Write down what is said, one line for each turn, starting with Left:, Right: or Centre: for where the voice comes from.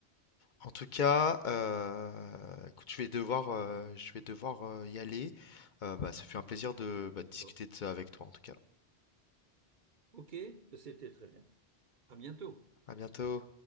Left: En tout cas, heu, écoute, je vais devoir, heu, je vais devoir, heu, y aller. Heu, bah, ça fait un plaisir de,
Right: D'accord.
Left: bah, de discuter de ça avec toi, en tout cas.
Right: Ok, c'était très bien. À bientôt.
Left: À bientôt.